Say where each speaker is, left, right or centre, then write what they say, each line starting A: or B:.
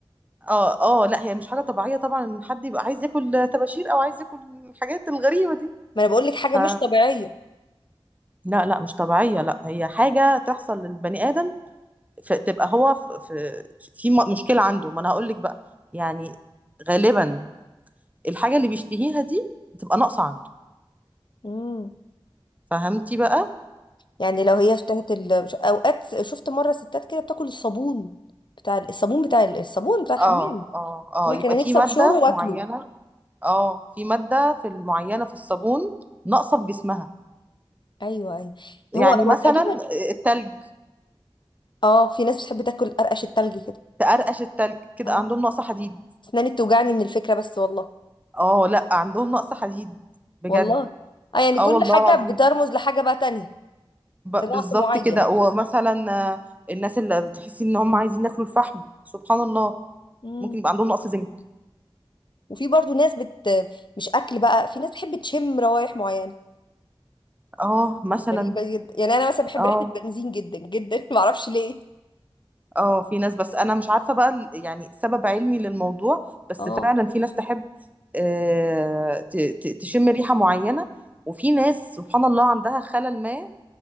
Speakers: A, on the right (about 15°); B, on the left (about 55°).
A: اه اه لا هي مش حاجه طبيعيه طبعا ان حد يبقى عايز ياكل طباشير او عايز ياكل الحاجات الغريبه دي
B: ما انا بقول لك حاجه
A: ف
B: مش طبيعيه
A: لا لا مش طبيعيه لا هي حاجه تحصل للبني ادم فتبقى هو في في, في م- مشكله عنده ما انا هقول لك بقى يعني غالبا الحاجه اللي بيشتهيها دي بتبقى ناقصه عنده
B: امم
A: فهمتي بقى
B: يعني لو هي اشتهت ال... مش- اوقات شفت مره ستات كده بتاكل الصابون بتاع الصابون بتاع الصابون بتاع الحمام
A: اه اه اه
B: تقول لك
A: يبقى
B: انا
A: في
B: نفسي
A: ماده
B: ابشره واكله
A: معينه اه في ماده في المعينه في الصابون ناقصه في جسمها
B: ايوه ايوه
A: يعني
B: هو
A: مثلا
B: هو تقريبا
A: التلج
B: اه في ناس بتحب تاكل قرقش التلج كده
A: تقرقش التلج كده
B: اه
A: عندهم نقص حديد
B: اسناني بتوجعني من الفكره بس والله
A: اه لا عندهم نقص حديد بجد
B: والله اه يعني
A: اه
B: كل
A: والله
B: حاجه
A: العظيم
B: بترمز لحاجه بقى تانية
A: ب-
B: لنقص
A: بالظبط
B: معين
A: كده ومثلا آه، الناس اللي بتحسي ان هم عايزين ياكلوا الفحم سبحان الله
B: امم
A: ممكن يبقى عندهم نقص زنك
B: وفي برضو ناس بت مش اكل بقى في ناس بتحب تشم روايح معينه
A: اه مثلا
B: غريبه جدا يعني انا مثلا بحب
A: اه
B: ريحه البنزين جدا جدا <laughs> ما اعرفش ليه
A: اه في ناس بس انا مش عارفه بقى ال- يعني سبب علمي للموضوع بس
B: اه
A: فعلا في ناس تحب آه، ت- ت- تشم ريحه معينه وفي ناس سبحان الله عندها خلل ما